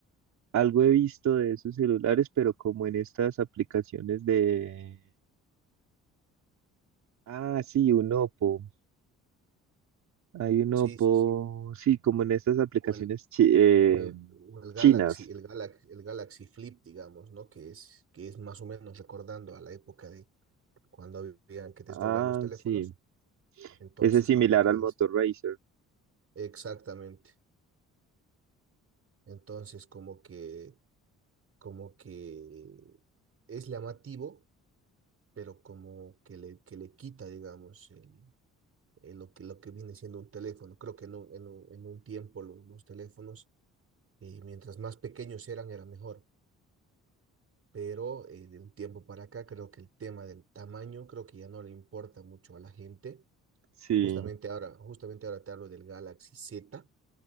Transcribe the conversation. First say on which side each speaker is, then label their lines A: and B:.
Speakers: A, on the right (about 70°); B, on the right (about 50°).
A: algo he visto de esos celulares, pero como en estas aplicaciones de... Ah, sí, un Oppo. Hay uno
B: Sí,
A: por,
B: sí, sí.
A: sí, como en estas aplicaciones
B: O el,
A: chi- eh,
B: o el, o el Galaxy,
A: chinas.
B: el Galaxy, el Galaxy Flip, digamos, ¿no? Que es, que es más o menos recordando a la época de cuando habían que desdoblar
A: Ah,
B: los teléfonos.
A: sí.
B: Entonces,
A: Ese es similar
B: como que
A: al Motor
B: es
A: Racer.
B: exactamente. Entonces, como que como que es llamativo, pero como que le, que le quita, digamos, el, el lo que, lo que viene siendo un teléfono. Creo que en un, en un, en un tiempo lo- los, teléfonos, eh, mientras más pequeños eran, era mejor. Pero eh, de un tiempo para acá, creo que el tema del tamaño, creo que ya no le importa mucho a la gente.
A: Sí,
B: Justamente ahora, justamente ahora te hablo del Galaxy Z